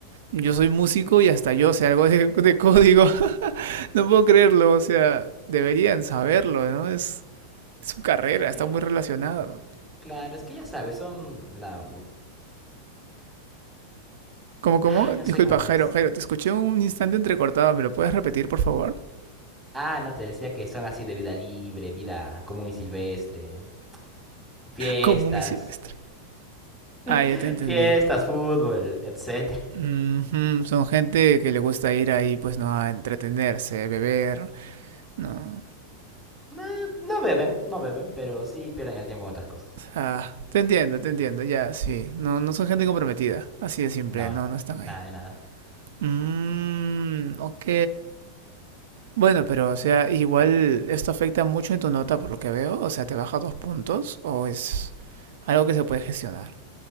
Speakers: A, on the right; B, in the centre.
A: yo soy músico y hasta yo sé algo de, de código. <laughs> no puedo creerlo, o sea, deberían saberlo, ¿no? Es, es su carrera,
B: Es que,
A: está muy relacionado.
B: claro, es que ya sabes, son la...
A: ¿Cómo? ¿Cómo?
B: Ah, no
A: disculpa,
B: sé cómo es.
A: Jairo, Jairo, te escuché un instante entrecortado, ¿me lo puedes repetir, por favor?
B: Ah, no, te decía que son así de vida libre, vida común y silvestre, fiestas,
A: Común y silvestre. Ah,
B: <laughs>
A: ya te entendí.
B: fiestas, fútbol, etcétera.
A: Mm -hmm, Son gente que le gusta ir ahí, pues no, a entretenerse, beber, no.
B: No, no beben, no beben, pero sí pierden el tiempo en otras cosas.
A: Ah, te entiendo, te entiendo, ya, sí. No, no son gente comprometida, así de simple,
B: No,
A: no,
B: no,
A: no están ahí.
B: nada de nada.
A: Mmm, ok. Bueno, pero o sea, igual esto afecta mucho en tu nota por lo que veo. O sea, ¿te baja dos puntos o es algo que se puede
B: Eh,
A: gestionar?